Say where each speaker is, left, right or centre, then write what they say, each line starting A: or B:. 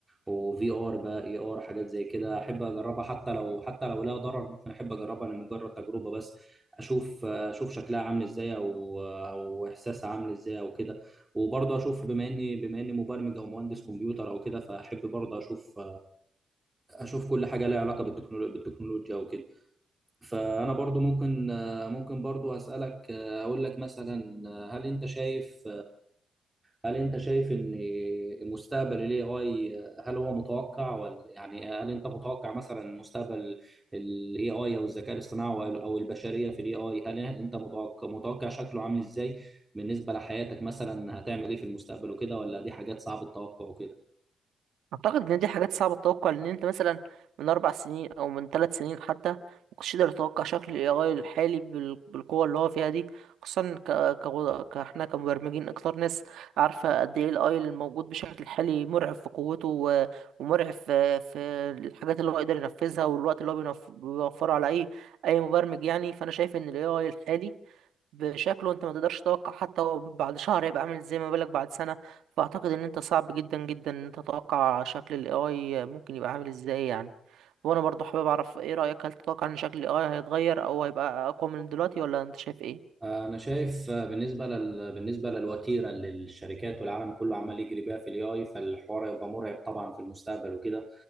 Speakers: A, on the right; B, on the right.
A: وفي ار بقى اي ار حاجات زي كده احب اجربها حتى لو حتى لو لها ضرر ممكن احب اجربها لمجرد تجربه بس اشوف اشوف شكلها عامل ازاي او او احساسها عامل ازاي او كده وبرضه اشوف بما اني بما اني مبرمج او مهندس كمبيوتر او كده فاحب برضه اشوف اشوف كل حاجه لها علاقه بالتكنولو... بالتكنولوجيا او كده فانا برضه ممكن ممكن برضه اسالك اقول لك مثلا هل انت شايف هل انت شايف ان مستقبل ال AI هل هو متوقع ولا يعني هل انت متوقع مثلا مستقبل ال AI او الذكاء الاصطناعي او أو البشرية في ال AI هل انت متوقع متوقع شكله عامل ازاي بالنسبة لحياتك مثلا هتعمل ايه في المستقبل وكده ولا دي حاجات صعب التوقع وكده
B: اعتقد ان دي حاجات صعبه تتوقع لان انت مثلا من اربع سنين او من ثلاث سنين حتى ما كنتش تقدر تتوقع شكل الاي اي الحالي بال- بالقوه اللي هو فيها دي خصوصا ك... ك... كاحنا كمبرمجين اكتر ناس عارفه قد ايه الاي الموجود بشكل حالي مرعب في قوته و... ومرعب في... في الحاجات اللي هو يقدر ينفذها والوقت اللي هو بينف... بيوفره على اي اي مبرمج يعني فانا شايف ان الاي اي الحالي بشكله انت ما تقدرش تتوقع حتى هو بعد شهر هيبقى عامل ازاي ما بالك بعد سنة فاعتقد ان انت صعب جدا جدا ان انت تتوقع شكل الاي اي ممكن يبقى عامل ازاي يعني وانا برضه حابب اعرف ايه رأيك هل تتوقع ان شكل الاي اي هيتغير او هيبقى اقوى من دلوقتي ولا انت شايف ايه
A: انا شايف بالنسبة لل بالنسبة للوتيرة اللي الشركات والعالم كله عمال يجري بيها في ال AI فالحوار هيبقى مرعب طبعا في المستقبل وكده